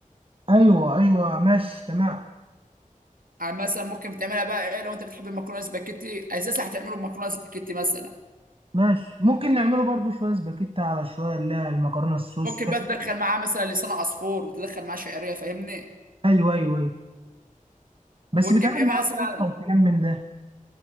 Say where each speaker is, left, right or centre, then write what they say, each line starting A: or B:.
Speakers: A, on the right; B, on the right.
A: ايوه ايوه ماشي تمام
B: يعني مثلا ممكن تعملها بقى ايه لو انت بتحب المكرونه سباكيتي اساسا هتعمله بمكرونه سباكيتي مثلا
A: ماشي ممكن نعمله برضو شوية سباكيتا على شوية اللي هي المكرونة السوس
B: ممكن
A: ده.
B: بقى تدخل معاه مثلا لسان عصفور وتدخل معاه شعريه فاهمني
A: أيوه أيوه أيوه بس
B: وتجيب
A: بيتعمل معاها
B: ايه مثلا
A: صلصة وكلام من ده